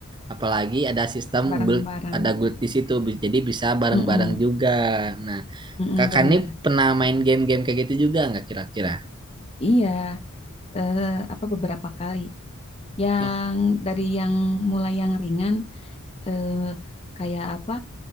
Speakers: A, on the right; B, on the left.
A: Apalagi ada sistem
B: bareng-bareng.
A: guild, ada guild di situ, bi- jadi bisa bareng-bareng
B: Heeh,
A: juga. Nah.
B: heeh,
A: Kakak
B: benar.
A: nih pernah main game-game kayak gitu juga nggak kira-kira?
B: Iya, eh, apa beberapa kali. Yang
A: Oh,
B: dari yang mulai yang ringan, eh, kayak apa?